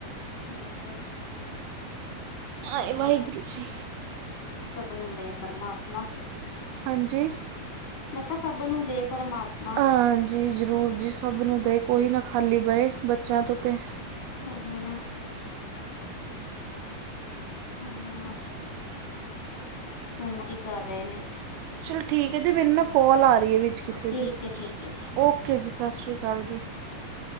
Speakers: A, on the left; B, on the right.
A: ਬੱਚੇ
B: ਆਏ,
A: ਚਲੋ
B: ਵਾਹਿਗੁਰੂ ਜੀ।
A: ਸਭ ਨੂੰ ਦੇ ਪਰਮਾਤਮਾ।
B: ਹਾਂਜੀ!
A: ਮੈਂ ਕਿਆ ਸਭ ਨੂੰ ਦੇ ਪਰਮਾਤਮਾ।
B: ਹਾਂਜੀ, ਜ਼ਰੂਰ ਜੀ ਸਭ ਨੂੰ
A: ਉਹੀ
B: ਦੇ, ਕੋਈ
A: ਨੇ
B: ਨਾ ਖਾਲੀ ਬਏ ਬੱਚਿਆਂ ਤੋਂ ਤਾਂ।
A: ਓਹੀ ਨਾ। ਹੂ, ਹੁਣ ਕੀ ਕਰ ਰਹੇ ਨੇ?
B: ਚਲੋ ਠੀਕ ਏ ਦੀ ਮੈਨੂੰ ਨਾ ਕੋਲ ਆ ਰਹੀ ਹੈ ਵਿੱਚ ਕਿਸੇ
A: ਠੀਕ
B: ਦੀ,
A: ਹੈ ਠੀਕ ਹੈ
B: ਓਕੇ ਜੀ ਸ਼ਸ ਸ਼੍ਰੀ ਅਕਾਲ ਜੀ।
A: ਹਾਂ।